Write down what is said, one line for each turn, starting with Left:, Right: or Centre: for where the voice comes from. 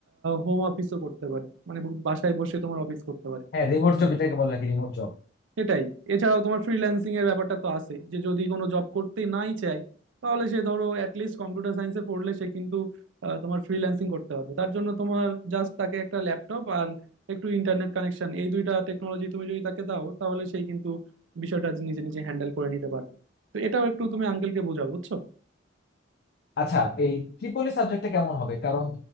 Right: হোম অফিসও করতে পারে মানে বাসায় বসে তোমার অফিস করতে পারে
Left: হ্যাঁ রিমোট জব এটাকে বলে নাকি রিমোট জব
Right: সেটাই এছাড়াও তোমার ফ্রিল্যান্সিং এর ব্যাপারটা তো আছে যে যদি কোনো জব করতে নাই চায় তাহলে সে ধরো অ্যাটলিস্ট কম্পিউটার সায়েন্সে পড়লে সে কিন্তু আহ, তোমার ফ্রিল্যান্সিং করতে পারবে তার জন্য তোমার জাস্ট তাকে একটা ল্যাপটপ আর একটু ইন্টারনেট কানেকশন এই দুইটা টেকনোলজি তুমি যদি তাকে দাও তাহলে সেই কিন্তু বিষয়টা নিজে নিজে হ্যান্ডেল করে নিতে পারবে তো এটাও একটু তুমি আঙ্কেলকে বোঝাও বুঝছো
Left: আচ্ছা এই ত্রিপলি সাবজেক্টটা কেমন হবে কারণ